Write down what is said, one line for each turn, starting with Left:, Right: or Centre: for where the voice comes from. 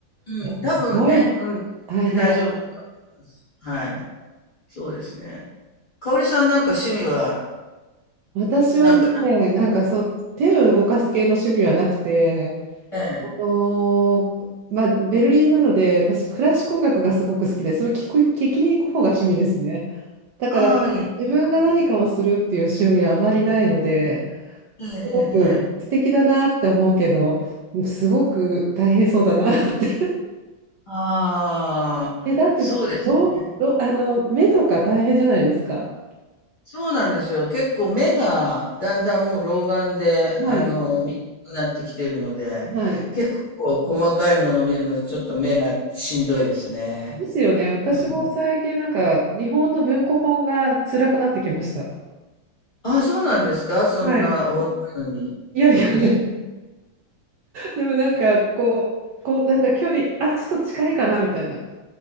Left: うん、
Right: う、いやすごい
Left: 多分ね、うん、
Right: 大変。
Left: 大丈夫だと思います。はい。そうですね。かおりさんなんか趣味は
Right: 私はね、
Left: なんか
Right: なんかそう、手を動かす系の趣味はなくて、
Left: ね、
Right: のまあ、ベルリンなので私クラシック音楽がすごく好きでそれを聞く、聞きに行く方が趣味ですねだからなんか自分が何かをするっていう趣味はあまりないので
Left: ああ、いえ
Right: すごく素敵だなって思うけどすごく大変そうだなって
Left: えええああー、
Right: <laughs> えだってろろあの目とか大変じゃないですか
Left: そうですね。そうなんですよ。結構目がだんだんもう老眼で、
Right: はい
Left: あの、見にくくなってきてるので、
Right: はい
Left: 結構細かいものを見るのちょっと目がしんどいですね。
Right: ですよね私も最近なんか日本の文庫本が辛くなってきました
Left: うんああ、そうなんですかそんなお若いのに。
Right: はいいやいやいや
Left: そうですか。
Right: でもなんかこう、こうなんか距離、あ、ちょっと近いかなみたいな。